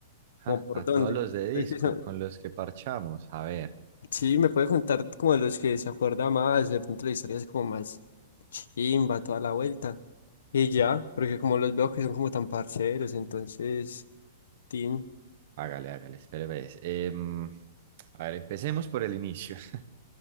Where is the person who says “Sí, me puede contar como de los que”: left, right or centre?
Left